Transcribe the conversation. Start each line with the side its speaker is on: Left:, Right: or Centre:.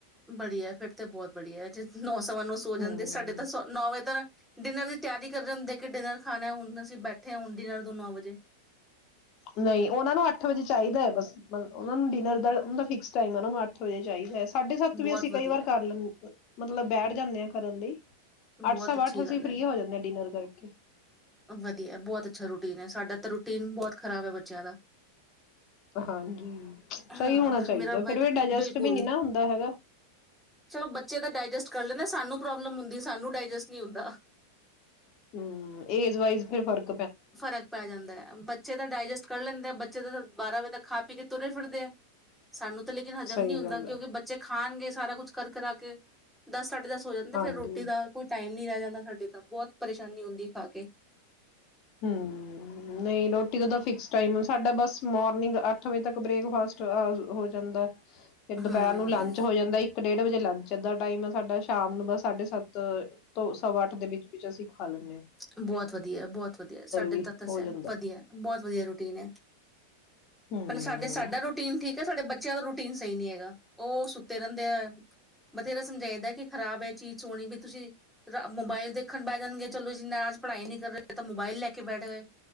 Centre: ਬੜੀਆ ਫਿਰ ਤਾਂ ਬਹੁਤ ਬੜੀਆ ਜੇ ਨੌ ਸਵਾ ਨੂੰ ਸੋ ਜਾਂਦੇ
Left: ਹਮ
Centre: ਸਾਡੇ ਤਾਂ ਨੌ ਵਜੇ ਤਾਂ ਡਿਨਰ ਦੀ ਤਿਆਰੀ ਕਰ ਰਹੇ ਹੁੰਦੇ ਕਿ ਡਿਨਰ ਖਾਣਾ ਹੁਣ ਅਸੀਂ ਬੈਠੇ ਆਂ ਹੁਣ ਡਿਨਰ ਤੇ ਨੌਂ ਵਜੇ
Left: ਨਹੀਂ ਉਹਨਾਂ ਨੂੰ ਅੱਠ ਵਜੇ ਚਾਹੀਦਾ ਹੈ ਬਸ ਉਹਨਾਂ ਨੂੰ ਡਿਨਰ ਦਾ ਦਾ ਫਿਕਸ ਟਾਈਮ ਐ ਉਹ ਨੂੰ ਅੱਠ ਵਜੇ ਚਾਹੀਦਾ। ਸਾਢੇ ਸੱਤ
Centre: ਬਹੁਤ
Left: ਵੀ ਅਸੀਂ
Centre: ਵਧੀਆ
Left: ਕਈ ਵਾਰ
Centre: ਹੈ,
Left: ਕਰ ਲੈਂਦੇ ਮਤਲਬ ਬੈਠ ਜਾਂਦੇ ਆ ਕਰਨ ਲਈ
Centre: ਬਹੁਤ
Left: ਅੱਠ ਸਵਾ
Centre: ਅੱਛੀ
Left: ਅੱਠ ਅਸੀਂ
Centre: ਗੱਲ
Left: ਫ੍ਰਰੀ
Centre: ਹੈ
Left: ਹੋ ਜਾਂਦੇ ਆਂ ਡਿਨਰ ਕਰਕੇ।
Centre: ਵਧੀਆ ਬਹੁਤ ਅੱਛਾ ਰੂਟੀਨ ਹੈ ਸਾਡਾ ਤਾਂ ਰੂਟੀਨ ਬਹੁਤ ਖ਼ਰਾਬ ਹੈ ਬੱਚਿਆਂ ਦਾ
Left: ਹਾਂਜੀ
Centre: ਹਾਂ
Left: ਸਹੀ ਹੋਣਾ ਚਾਹੀਦਾ,
Centre: ਮੇਰਾ ਬੇਟਾ
Left: ਫਿਰ ਡਾਈਜੈਸਟ
Centre: ਬਿਲਕੁਲ
Left: ਵੀ ਨੀ ਨਾ ਹੁੰਦਾ ਹੈਗਾ।
Centre: ਚਲੋ ਬੱਚੇ ਤਾਂ ਡਾਇਜੈਸਟ ਕਰ ਲੈਂਦੇ ਸਾਨੂੰ ਪ੍ਰੋਬਲਮ ਹੁੰਦੀ ਸਾਨੂੰ ਡਾਇਜੈਸਟ ਨਈ ਹੁੰਦਾ।
Left: ਹੂੰ, ਏਜ ਵਾਈਜ਼ ਫਿਰ ਫਰਕ
Centre: ਫਰਕ ਪੈ ਜਾਂਦਾ ਐ ਬੱਚੇ ਤਾਂ ਡਾਇਜੈਸਟ ਕਰ ਲੈਂਦੇ ਆ। ਬੱਚੇ ਬਾਰਾਂ ਵਜੇ ਤੱਕ ਖਾ ਪੀ ਕੇ ਤੁਰੇ ਫਿਰਦੇ ਆ ਸਾਨੂੰ ਲੇਕਿਨ ਹਜ਼ਮ
Left: ਸਹੀ
Centre: ਨਹੀਂ ਹੁੰਦਾ,
Left: ਗੱਲ
Centre: ਕਿਉਂਕਿ
Left: ਹੈ
Centre: ਬੱਚੇ ਖਾਣਗੇ ਸਾਰਾ ਕੁਛ ਕਰ ਕਰਾਕੇ ਦੱਸ ਸਾਡੇ ਦਸ ਹੋ ਜਾਂਦੇ
Left: ਹਾਂਜੀ
Centre: ਫਿਰ ਰੋਟੀ ਦਾ ਕੋਈ ਟਾਈਮ ਨੀਂ ਰੈ ਜਾਂਦਾ ਸਾਡੇ ਤੋਂ ਬਹੁਤ ਪਰੇਸ਼ਾਨੀ ਹੁੰਦੀ ਖਾ ਕੇ
Left: ਹਂ, ਨਈਂ ਰੋਟੀ ਦਾ ਤਾਂ ਫਿਕਸ ਟਾਈਮ ਸਾਡਾ ਬਸ ਮੋਰਨਿੰਗ ਅੱਠ ਵਜੇ ਤੱਕ ਬ੍ਰੇਕਫਾਸਟ ਹੋਇਆ ਹੋ ਜਾਂਦਾ। ਫਿਰ ਦੁਪਹਿਰ
Centre: ਹਮ
Left: ਨੂੰ ਲੰਚ ਹੋ ਜਾਂਦਾ ਇੱਕ ਇੱਕ ਡੇਢ ਵਜੇ ਲੰਚ ਏ ਦਾ ਟਾਈਮ ਸਾਡਾ ਸ਼ਾਮ ਨੂੰ ਬਸ ਸਾਢੇ ਸੱਤ ਤੋਂ ਸਵਾ ਅੱਠ ਦੇ ਵਿੱਚ-ਵਿੱਚ ਅਸੀਂ ਖਾ ਲੈਣੇ।
Centre: ਬਹੁਤ ਵਧੀਆ ਬਹੁਤ। ਵਧੀਆ ਸਾਡੇ
Left: ਵੀ
Centre: ਤੱਸ
Left: ਹੋ
Centre: ਐ,
Left: ਜਾਂਦਾ
Centre: ਵਧੀਆ ਬਹੁਤ ਵਧੀਆ ਰੂਟੀਨ ਐ,
Left: ਹੂੰ
Centre: ਪਹਿਲਾਂ ਸਾਡੇ ਸਾਡਾ ਰੂਟੀਨ ਠੀਕ ਸਾਡੇ ਬੱਚਿਆਂ ਦਾ ਰੂਟੀਨ ਸਹੀ ਨੀਂ ਹੈਗਾ ਉਹ ਸੁੱਤੇ ਰਹਿੰਦੇ ਆ ਬਥੇਰਾ ਸਮਝਾਈਦਾ ਕਿ ਖ਼ਰਾਬ ਇਹ ਚੀਜ਼ ਸੋਹਣੀ ਵੀ ਤੁਸੀਂ ਮੋਬਾਇਲ ਦੇਖਣ ਬੈ ਜਾਣਗੇ ਚਲੋ ਜੀ। ਜਿੰਨਾ ਅੱਜ ਪੜ੍ਹਾਈ ਨੀਂ ਕਰ ਰਹੇ ਤਾਂ ਮੋਬਾਈਲ ਲੈ ਕੇ ਬੈਠ ਗਏ।